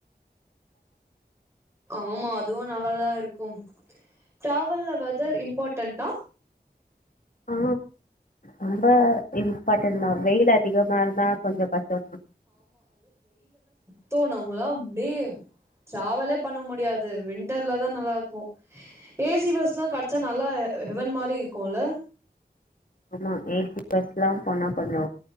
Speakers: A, on the right; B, on the left.
A: ஆமா அதுவு நல்லாதா இருக்கு டிராவல்ல வெதர் இம்பாடண்ட்டா
B: ஆ ரொம்ப இம்பாடண்ட்தா வெயில் அதிகமா இருந்தா கொஞ்சோ கஷ்டோந்தா
A: த்தோ நம்மல்லா அப்டியே ட்ராவலே பண்ண முடியாது வின்டர்லதா நல்லா இருக்கு ஏசி பஸ்லா கெடச்சா நல்லா ஹெவன் மாரி இருக்கு இல்ல
B: ஆமா ஏசி பஸ் எல்லா போனா கொஞ்சோ